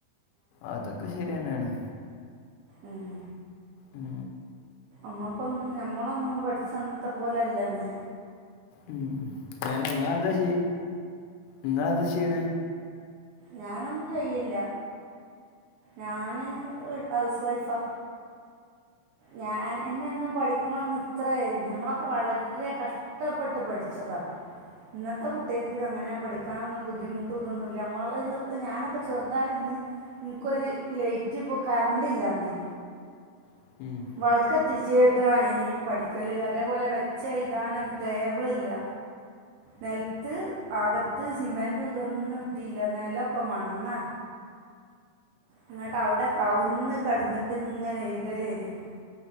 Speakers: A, on the left; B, on the right.
A: അതൊക്കെ ശരിയന്നെയാണ്
B: ഉം
A: ഉം
B: നമ്മക്കൊ ഞമ്മളൊന്നും പഠിച്ചു വന്നത്തെ പോലല്ലന്ന്
A: ഉ അല്ല നിങ്ങൾ എന്താ ചെ യ്യ നിങ്ങളെന്താ ചെയ്യണേ
B: ഞാനൊന്നും ചെയില്ല ഞാന് ഹൗസ് വൈഫാ ഞാൻ എന്നെ ഒന്നും പഠിക്കണംന്ന് ഇത്ര ഞമ്മളൊക്കെ വളരെ കഷ്ടപ്പെട്ട് പഠിച്ചതാ ഇന്നത്തെ കുട്ടികക്ക് അങ്ങനെ പഠിക്ക- കക്കാനൊന്നും ബുദ്ധിമുട്ട്തൊന്നുമല്ല നമ്മള ഞാനൊക്കെ ചെറുതാന്ന് നിനക്കൊരു ലൈറ്റ് ഇപ്പോ കറണ്ട്ല്ലന്ന്
A: ഇപ്പം
B: വേളക്ക് കത്തിച്ചോ കേട്ടാ ഇനി പഠിക്കല് അതേപോലെ വെച് എഴുതാൻ ഒരു ടേബിൾ ഇല്ല നിലത്തെ അകത്തു സിമെന്റ് ഇതൊന്നും ഇട്ടില്ല നേലൊക്കെ മണ്ണാ എന്നിട്ട് എവിടെ കാവ് ഒന്ന് കിടന്നിട്ട് ഇങ്ങനെ എഴുതൽ ആണ്